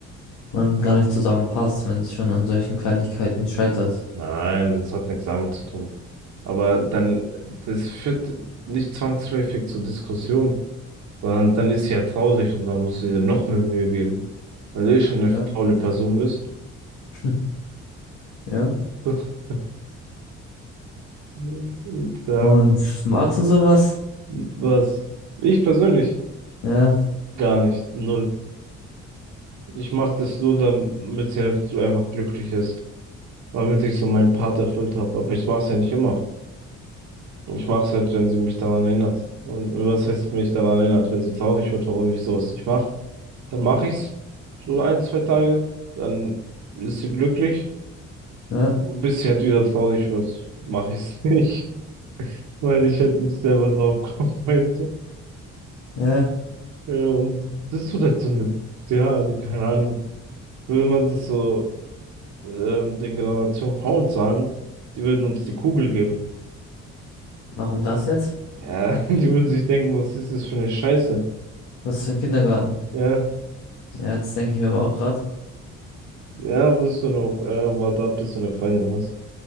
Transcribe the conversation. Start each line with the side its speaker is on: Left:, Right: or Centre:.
Left: man gar nicht zusammenpasst, wenn es schon an solchen Kleinigkeiten scheitert.
Right: Nein, das hat nichts damit zu tun. Aber dann, das führt nicht zwangsläufig zur Diskussion, sondern dann ist sie ja traurig und dann musst du dir noch mehr Mühe geben, weil du eh schon eine faule
Left: Ja,
Right: Person bist.
Left: <laughs> ja.
Right: <laughs> Und ja,
Left: Und magst du sowas?
Right: was? Ich persönlich
Left: Ja,
Right: gar nicht, null. Ich mache das nur, damit sie halt so einfach glücklich ist, damit ich so meinen Part erfüllt habe. Aber ich mache es ja nicht immer. Ich mache es halt, wenn sie mich daran erinnert. Und was heißt mich daran erinnert? Wenn sie traurig wird, warum ich sowas nicht mache, dann mache ich's so ein, zwei Tage, dann ist sie glücklich.
Left: ja,
Right: Und bis sie halt wieder traurig wird, mache ich's <laughs> nicht, weil ich halt nicht selber drauf komme, <laughs> weißt du?
Left: ja.
Right: Ja, und das tut halt so eine, ja, also keine Ahnung. Würde man das so ähm, den Generation V uns sagen, die würden uns die Kugel geben.
Left: Warum das jetzt?
Right: Ja, <laughs> die würden sich denken, was ist das für eine Scheiße?
Left: Was ist für ein Kindergarten?
Right: Ja.
Left: Ja, das denke ich mir aber auch gerade.
Right: Ja, wirst du noch, äh, warte ab, bis du eine Freundin hast,